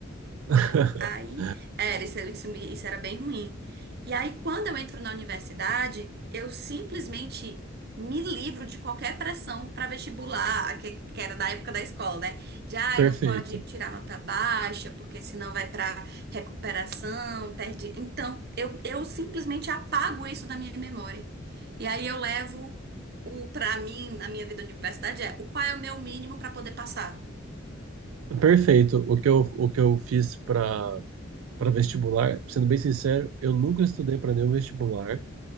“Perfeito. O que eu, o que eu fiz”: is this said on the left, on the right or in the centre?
Right